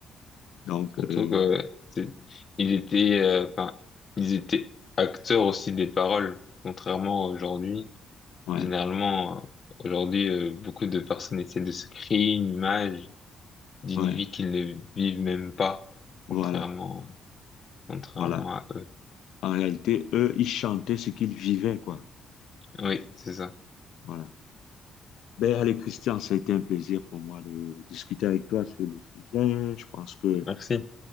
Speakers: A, on the left (about 80°); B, on the left (about 40°).
A: Donc,
B: Surtout
A: euh,
B: que, c'est, ils étaient, euh, enfin, ils étaient acteurs aussi des paroles, contrairement à aujourd'hui.
A: ouais,
B: Généralement, euh, aujourd'hui, euh, beaucoup de personnes essaient de se créer une image d'une
A: ouais,
B: vie qu'ils ne vivent même pas,
A: voilà,
B: contrairement, contrairement
A: voilà.
B: à eux.
A: En réalité, eux, ils chantaient ce qu'ils vivaient, quoi.
B: Oui, c'est ça.
A: Voilà. Ben, allez, Christian, ça a été un plaisir pour moi de discuter avec toi sur le sujet. Je pense que,
B: Merci.